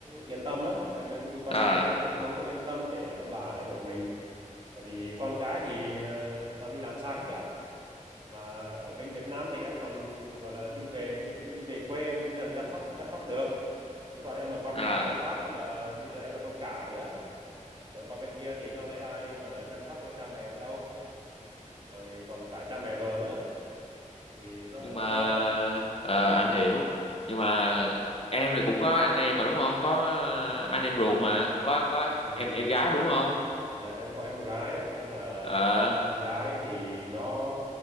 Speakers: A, on the right; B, on the left.
A: yên tâm á em em cũng đi qua
B: à
A: bên kia em cũng không có yên tâm để ông bà ở đây một mình tại vì con cái thì ờ, toàn đi làm xa hết cả mà ở bên Việt Nam thì em còn gọi là đi về đi đi về quê em chăm chăm sóc chăm sóc được thế còn em mà qua bên
B: à
A: kia một phát là bây giờ em là con cả nữa rồi còn bên kia thì đâu lấy ai mà chăm sóc cho cha mẹ em đâu. Rồi còn cả cha mẹ vợ nữa thì nó
B: nhưng
A: nó
B: mà
A: có
B: ờ,
A: ừ.
B: anh hiểu nhưng mà em thì cũng có anh em mà đúng không có ờ, anh em ruột mà có có
A: Ừ.
B: em em gái đúng không
A: Dạ, em có em gái nhưng mà
B: ờ
A: em gái thì nó